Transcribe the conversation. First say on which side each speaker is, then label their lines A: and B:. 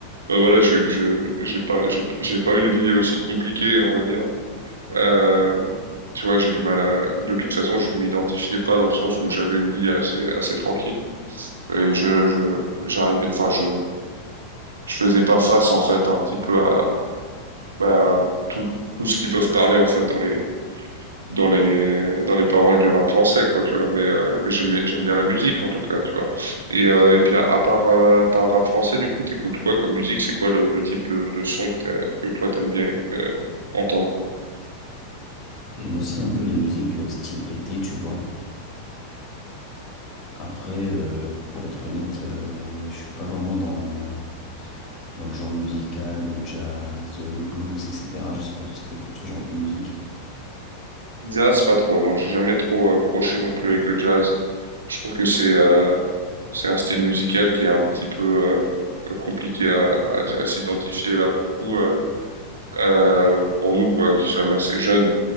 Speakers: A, on the right; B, on the left.
A: bah voilà, je, je, j'ai pas, j'ai j'ai pas une vie aussi compliquée, on va dire. Euh, tu vois, j'ai du mal à... De toute façon, je m'identifiais pas dans le sens où j'avais une vie assez, assez tranquille. Et je, je, j'arrivais, enfin, je, je faisais pas face, en fait, un petit peu à, bah, à tout, tout ce qu'ils peuvent parler, en fait, dans les, dans les, dans les paroles du rap français, quoi, tu vois. Mais, euh, mais j'aime, j'aime bien la musique, en tout cas, tu vois. Et, euh, et puis, à, à part, euh, à part le rap français, du coup, t'écoutes quoi comme musique? C'est quoi le, le type de, de son que, t'as- que toi, t'aimes bien euh, entendre?
B: j'aime aussi un peu les musiques euh, style été, tu vois. Après, euh, pour être honnête, euh, je suis pas vraiment dans, dans le genre musical, le jazz, le blues, etc. Je sais pas toi si t'écoutes ce genre de musique.
A: Jazz, pas trop, non, j'ai jamais trop accroché non plus avec le jazz. Je trouve que c'est euh, c'est un style musical qui est un petit peu euh, compliqué à, à- à s'identifier là pour nous, euh, euh, pour nous quoi, qui sommes assez jeunes.